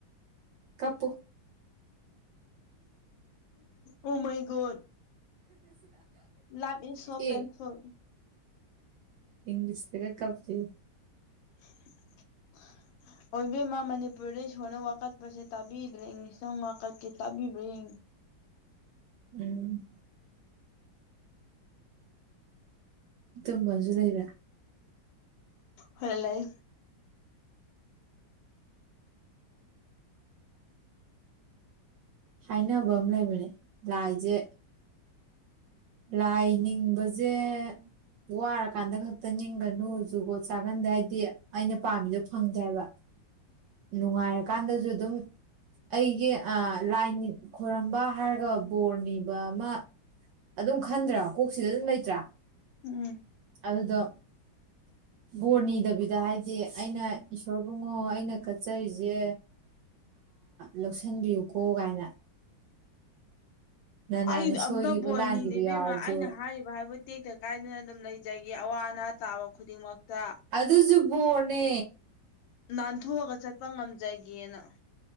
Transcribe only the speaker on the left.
ꯑꯣ ꯃꯩꯒꯣꯣꯟ ꯂꯥꯥꯛ ꯏꯁ ꯁꯣ
ꯄꯦꯟꯊꯜ
<unintelligible> ꯑꯣꯏꯕꯃ ꯃꯅꯤꯄꯨꯔꯗꯩ ꯏꯁꯣꯔꯅ ꯋꯥꯀꯠꯄꯁꯦ ꯇꯥꯕꯤꯗ꯭ꯔꯦ ꯏꯪꯂꯤꯁꯇꯪ ꯋꯥꯀꯠꯀꯦ ꯇꯥꯕꯤꯕ꯭ꯔꯥꯡ
ꯍ ꯂꯩ
ꯎꯝ
ꯑꯩ
ꯑꯝꯇ ꯕꯣꯔꯅꯤꯡꯅꯦ
ꯏꯕꯦꯝꯃ
ꯑꯩꯅ ꯍꯥꯏꯔꯤꯕ ꯍꯥꯏꯕꯗꯤ ꯇꯦꯛꯇ ꯀꯥꯏꯗꯅ ꯑꯗꯨꯝ ꯂꯩꯖꯒ ꯑꯋꯥ ꯑꯅꯥ ꯇꯥꯕ ꯈꯨꯗꯤꯡꯃꯛꯇ
ꯅꯥꯟꯊꯣꯛꯑꯒ ꯆꯠꯄ ꯉꯝꯖꯒꯦꯅ